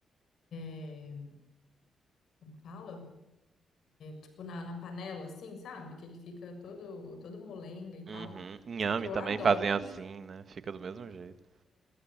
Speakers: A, on the left; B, on the right.
A: é, como fala? Tipo, na, na panela, assim, sabe? Que ele fica todo, todo molenga e tal,
B: Uhum. Inhame
A: só que eu
B: também
A: adoro
B: fazem
A: chuchu,
B: assim, né? Fica do mesmo jeito.